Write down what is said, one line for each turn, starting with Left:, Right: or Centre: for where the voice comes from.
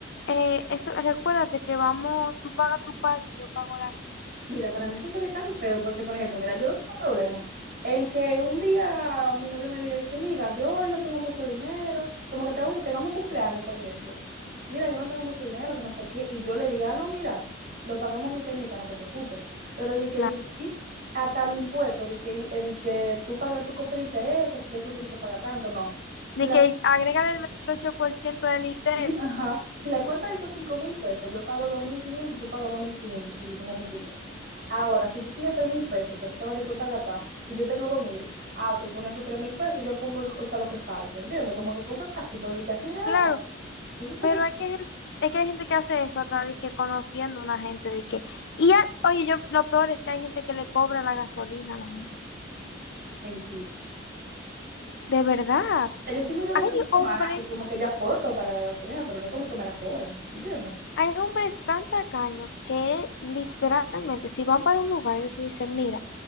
Left: eh, eso, recuérdate que vamos, tú pagas tu parte, yo pago la mía.
Right: Mira, para mí eso se ve tan feo porque, por ejemplo, mira, yo no tengo problema en que un día mi novio me diga de que, mira, yo hoy no tengo mucho dinero, como que tengo, tengamos un cumpleaños, por ejemplo. Mira, yo no tengo mucho dinero, que no sé qué, y yo le diga, "Ah, no, mira, lo pagamos mitad y mitad, no te preocupes. Pero de que
Left: Claro.
Right: dividir hasta los impuestos, de que, eh, de que tú pagas, tú pediste esto, así que tú tienes que pagar tanto, no. Si
Left: De
Right: la
Left: que agrégale el 28% del ITEVI.
Right: Ajá, si la cuenta hizo cinco mil pesos, yo pago 2.500 y tú pagas 2.500 si dijimos miti miti. Ahora, si tú tienes tres mil pesos que tú estabas dispuesta a gastar y yo tengo dos mil, ah, tú pones tus tres mil pesos, yo pongo el- o sea, lo que falta, ¿entiendes? Como que cosas así, pero de que así rata,
Left: Claro,
Right: eso se
Left: pero
Right: ve
Left: hay que, gen- es que hay gente que hace eso, hasta de que conociendo a una gente, de que, y hay- oye, yo, lo peor es que hay gente que le cobra la gasolina a la gente.
Right: mentira.
Left: De verdad.
Right: O sea, yo sí me he ido de
Left: Hay
Right: fin de semana
Left: hombres
Right: y como que yo aporto para la gasolina, pero no es como que me la cobran, ¿entiendes?
Left: Hay hombres tan tacaños que literalmente, si van para un lugar, ellos te dicen, mira,